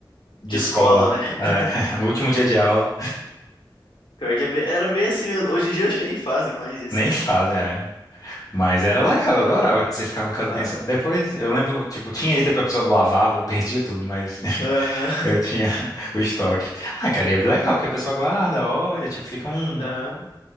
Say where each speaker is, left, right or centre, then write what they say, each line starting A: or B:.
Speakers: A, on the left; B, on the left.
A: de
B: de
A: escola,
B: escola, né? <laughs>
A: É, <laughs> no último dia de aula.
B: Pior que é bem- era bem assim mesmo. Hoje em dia eu acho que nem fazem mais isso,
A: Nem
B: né?
A: fazem, é. Mas era legal, eu adorava que você ficava com as
B: Claro.
A: mensagens. Depois, eu lembro, tipo, tinha isso, depois a pessoa lavava, <laughs> perdia tudo, mas
B: Aham,
A: Eu tinha <laughs> o estoque. Ah, cara, e é legal, porque a pessoa guarda, olha, tipo, fica um,
B: <laughs> aham.